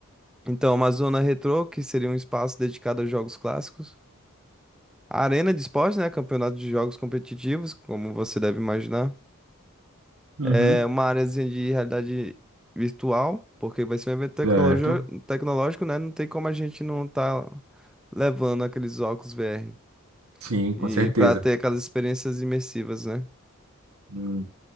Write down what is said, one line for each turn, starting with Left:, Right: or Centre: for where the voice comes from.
Centre: Então, uma zona retrô, que seria um espaço dedicado a jogos clássicos. A arena de esporte, né? Campeonato de jogos competitivos, como você deve imaginar.
Right: uhum,
Centre: É uma áreazinha de realidade virtual, porque vai ser um evento tecnologi-
Right: certo.
Centre: tecnológico, né? Não tem como a gente não estar levando aqueles óculos VR.
Right: Sim, com
Centre: E
Right: certeza.
Centre: para ter aquelas experiências imersivas, né?
Right: Hum,